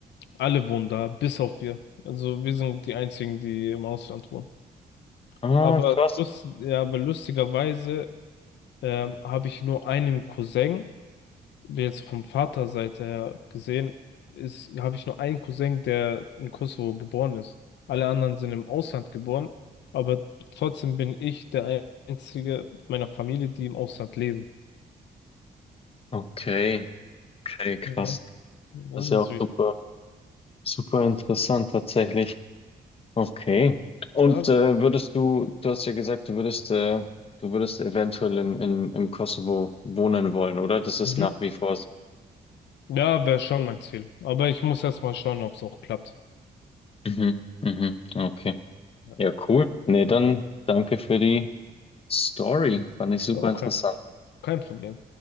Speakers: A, on the left (about 80°); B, on the left (about 30°).
A: Alle wohnen da, bis auf wir. Also wir sind die einzigen, die im Ausland wohnen. Aber,
B: Ah, krass.
A: lust, ja, aber lustigerweise ähm, habe ich nur einen Cousin. jetzt vom Vaterseite her gesehen, ist, habe ich nur einen Cousin, der in Kosovo geboren ist. Alle anderen sind im Ausland geboren, aber trotzdem bin ich der einzige meiner Familie, die im Ausland leben.
B: Okay, okay, krass.
A: Ja, das
B: Das ist ja
A: ist
B: auch
A: wichtig.
B: super, super interessant tatsächlich. Okay. Und
A: Ja, gut.
B: äh, würdest du, du hast ja gesagt, du würdest, äh, du würdest eventuell in, in, im Kosovo wohnen wollen, oder? Das ist
A: Mhm.
B: nach wie vor so.
A: Ja, wäre schon mein Ziel. Aber ich muss erst mal schauen, ob es auch klappt.
B: Mhm, mhm, okay.
A: Ja,
B: Ja, cool. Nee, dann danke für die Story. Fand ich super
A: auch
B: interessant.
A: kein, kein Problem.